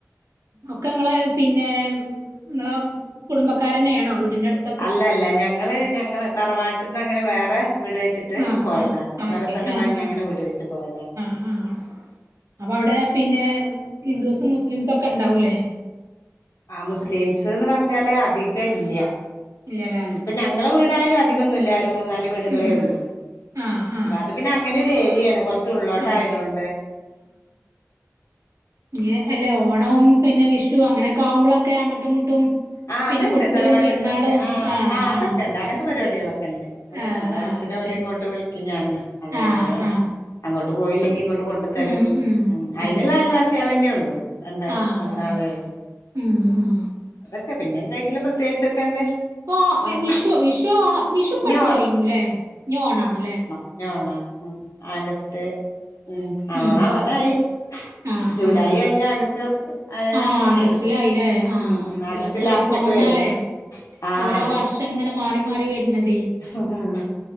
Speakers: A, on the right; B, on the left.
A: ഒക്കെ നിങ്ങളെ പിന്നെ നിങ്ങളെ കുടുംബക്കാരന്നെയാണോ വീടിന്റെ അടുത്ത്
B: അല്ല അല്ല ഞങ്ങള് ഞങ്ങള് തറവാട്ടിൽ നിന്ന് അങ്ങനെ വേറെ വീട് വെച്ചി ട്ട്
A: ആഹ്
B: പോയതാണ്
A: ആഹ് അത്
B: വേറെ
A: ശരി
B: സ്ഥലം
A: ആഹ്
B: വാങ്ങി അങ്ങനെ
A: ആഹ്
B: വീട് വെച്ച് പോയതാണ്
A: ആഹ് അപ്പൊ അവിടെ പിന്നെ ഹിന്ദൂസും മുസ്‌ലിംസും ഒക്കെ ഉണ്ടാവൂലേ
B: ആ മുസ്‌ലിംസ് ന്ന് പറഞ്ഞാല് അധികം ഇല്ല
A: ഇല്ലല്ലേ
B: ഇപ്പഞ ഞങ്ങള വീടായാലും അധികം ഒന്നുല്ല ഒരു മൂന്നാല് വീടുകളെ
A: ഉം
B: ഉള്ളൂ
A: ആഹ് ആഹ്
B: അപ്പൊ അത് പിന്നെ അങ്ങന ഒരു എ രിയേണ് കൊർച്ച് ഉള്ളോട്ട്
A: ആഹ്
B: ആയതോണ്ട്
A: ശരി ഇ അല്ലേ ഓണം പിന്നെ വിഷു അങ്ങനെക്കെ ആകുമ്പോളൊക്കെ അങ്ങട്ടും ഇങ്ങട്ടും
B: ആ
A: പിന്നെ
B: അത്ണ്ട്
A: കൊടുക്കലും
B: തറവാട്ടിൽ
A: പെരുന്നാളും
B: നിന്നൊക്കെ ആ
A: ആഹ്
B: ആ
A: ആഹ്
B: അതൊക്കെ ഉണ്ട് അങ്ങൻത്തെ പരിപാടികളൊക്കെ ഇണ്ട് അതൊക്കെണ്ട്
A: ആഹ്
B: ഓണത്തിന്
A: ആഹ് ശരി
B: ഓലെ ഇങ്ങോട്ട് വിളിക്കും ഞാന് അതേപോലെ
A: ആഹ് ആഹ്
B: അങ്ങോട്ട് പോയില്ലെങ്കിൽ ഇങ്ങോട്ട് കൊണ്ടു തരും
A: ഉം ഉം
B: അയിനുള്ള
A: അത് ശരി
B: അയൽവാ സിയളെന്നെ ഉള്ളു രണ്ട്
A: ആഹ്
B: രണ്ടാളേ
A: അതന്നെ ഉം ഉം
B: അതൊക്കെ പിന്നെ എന്തെങ്കിലും പ്രത്യേകിച്ചൊക്കെ എന്തേ
A: പ്പൊ
B: ഉം
A: വിഷു വിഷു ഓണം വിഷു ഇപ്പടുത്ത്
B: ഇനി
A: കഴിഞ്ഞുലെ ഇഞ് ഓണാണ് ലെ
B: ഇഞ് ഓണാണ് ഉം ആഗസ്റ്റ് ഉം ആ
A: ഉം
B: ഓണാവാനായി
A: ആഹ്
B: ജൂലൈ
A: ആഹ്
B: കഴിഞാ ആഗസ്റ്റ് ആയാ
A: ആഹ്
B: ഓണായി
A: ആഗസ്റ്റിലായില്ലേ ആഹ്
B: ഉം ഉം
A: ശരി
B: ആഗസ്റ്റ്
A: അത്ര
B: ലാസ്റ്റ്
A: എൾപ്പം
B: ഒക്കെ
A: കൊണ്ടാലെ
B: വരും ആഹ്
A: ഓരോ വർഷം ഇങ്ങനെ മാറി മാറി വരുന്നത്
B: ഉം